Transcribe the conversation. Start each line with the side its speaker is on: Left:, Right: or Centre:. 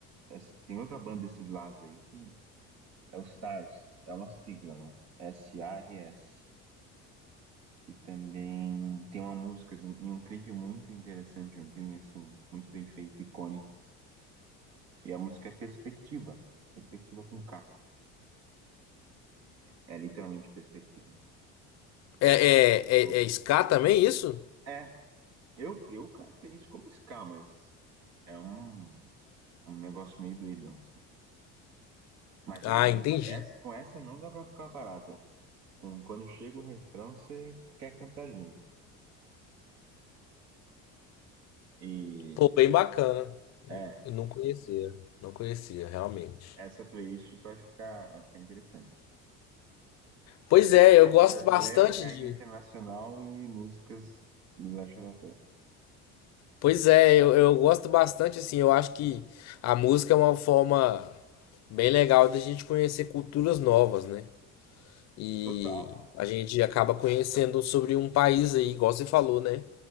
Right: essa- tem outra banda desses lados aí que é o SARS, é uma sigla, né? S-A-R-S. que também tem uma música de um- e um clipe muito interessante, um clipe assim, muito bem feito, icônico. E a música é Perspectiva, Perspectiva com K. É literalmente Perspectiva.
Left: é, é,
Right: Então,
Left: é, é ska também isso?
Right: é, eu, eu caracterizo isso como ska, mas é um, um negócio meio doidão, assim. Mas também,
Left: Ah,
Right: não
Left: entendi.
Right: dá, essa, com essa não dá pra ficar parado. Com, quando chega o refrão, você quer cantar junto. E
Left: Pô, bem bacana.
Right: é,
Left: Eu não conhecia, não conhecia, realmente.
Right: essa playlist vai ficar, vai ficar interessante.
Left: Pois é,
Right: Reggae
Left: eu gosto
Right: brasileiro,
Left: bastante
Right: reggae
Left: de.
Right: internacional e músicas do Léo Xarapé.
Left: Pois é, eu, eu gosto bastante, assim, eu acho que a música é uma forma bem legal da gente conhecer culturas novas, né? E
Right: Total,
Left: a gente acaba conhecendo sobre um país aí, igual você falou, né?